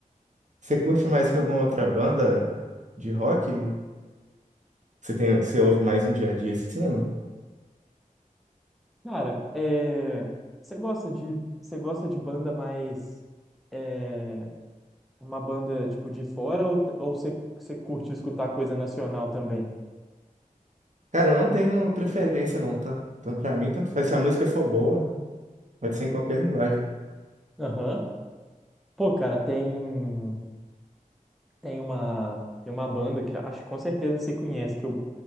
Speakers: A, on the right; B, in the centre.
A: Você curte mais alguma outra banda de rock? Você tem, você ouve mais no dia a dia sim? ou não?
B: Cara, é... você gosta de você gosta de banda mais é, uma banda tipo de fora ou, ou você, você curte escutar coisa nacional também?
A: Cara, eu não tenho preferência não, tá? Então, pra mim, tanto faz. Se a música for boa, pode ser em qualquer linguagem.
B: Aham. Pô, cara, tem tem uma tem uma banda que acho que com certeza você conhece que eu